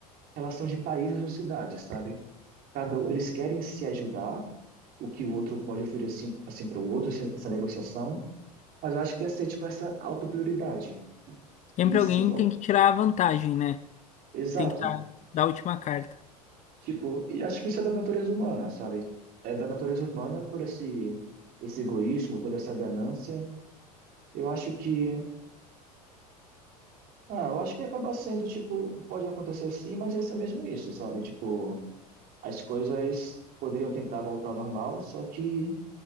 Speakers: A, on the right; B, on the left.
A: relação de países ou cidades, sabe? Cada, um- eles querem se ajudar, o que o outro pode oferecer assim para o outro, essa essa negociação, mas eu acho que ia ser, tipo, essa autoprioridade.
B: Sempre
A: E
B: alguém
A: se vol-
B: tem que tirar a vantagem, né?
A: Exato.
B: Tem que estar da última carta.
A: Tipo, e acho que isso é da natureza humana, sabe? É da natureza humana por esse, esse egoísmo, toda essa ganância. Eu acho que. Ah, eu acho que acaba sendo, tipo, pode acontecer sim, mas ia ser mesmo isso, sabe? Tipo, as coisas poderiam tentar voltar ao normal, só que